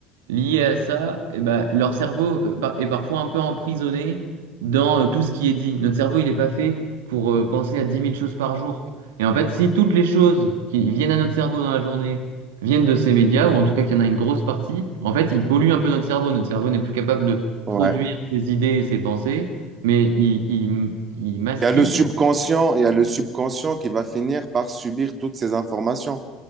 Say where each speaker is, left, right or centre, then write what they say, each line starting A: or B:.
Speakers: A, on the right; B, on the right.
A: liés à ça, eh ben, leur cerveau euh, par- est parfois un peu emprisonné dans euh, tout ce qui est dit. Notre cerveau, il n'est pas fait pour euh, penser à dix mille choses par jour. Et en fait, si toutes les choses qui viennent à notre cerveau dans la journée viennent de ces médias, ou en tout cas qu'il y en a une grosse partie, en fait, ils polluent un peu notre cerveau. Notre cerveau n'est plus capable de
B: Ouais.
A: produire ses idées et ses pensées, mais il, il, il mastique.
B: Il y a le subconscient, il y a le subconscient qui va finir par subir toutes ces informations.